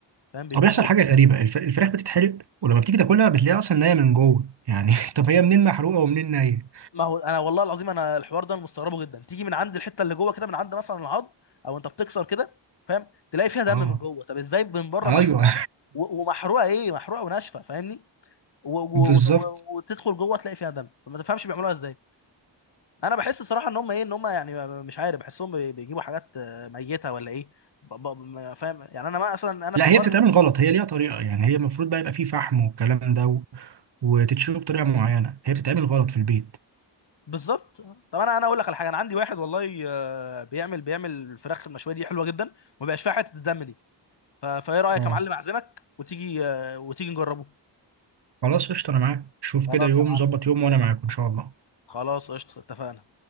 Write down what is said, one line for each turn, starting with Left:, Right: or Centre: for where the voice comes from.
Left: فاهم بيبوظوا
Right: هو بيحصل حاجة
Left: لك الفراخ
Right: غريبة الف- الفراخ بتتحرق ولما بتيجي تاكلها بتلاقيها اصلا نية من جوه يعني <laughs> طب هي منين محروقة ومنين نية
Left: ما هو انا والله العظيم انا الحوار ده أنا مستغربه جدا تيجي من عند الحته اللي جوه كده من عند مثلا العظم او انت بتكسر كده فاهم تلاقي فيها دم
Right: اه
Left: من جوه طب ازاي من بره
Right: ايوه
Left: محروقه و- ومحروقه ايه محروقه وناشفه فاهمني و- و-
Right: <laughs> بالظبط
Left: وت- و- وتدخل جوه تلاقي فيها دم ما تفهمش بيعملوها ازاي انا بحس بصراحه ان هم ايه ان هم يعني مش عارف بحسهم بي- بيجيبوا حاجات آه، ميته ولا ايه ب- ب- ما فاهم يعني انا ما اصلا انا
Right: لا
Left: في حوار
Right: هي بتتعمل غلط هي ليها طريقة يعني هي المفروض بقى يبقى فيه فحم والكلام ده و... وتتشرب بطريقة معينة هي بتتعمل غلط في البيت
Left: بالظبط طب انا انا اقول لك على حاجه انا عندي واحد والله آه، بيعمل بيعمل الفراخ المشويه دي حلوه جدا ما بقاش فيها حته الدم دي ف- فايه رايك
Right: اه
Left: يا معلم اعزمك وتيجي آه، وتيجي نجربه
Right: خلاص قشطة أنا معاك شوف
Left: خلاص
Right: كده يوم
Left: يا معلم
Right: ظبط يوم وأنا معاك إن شاء الله
Left: خلاص قشطه اتفقنا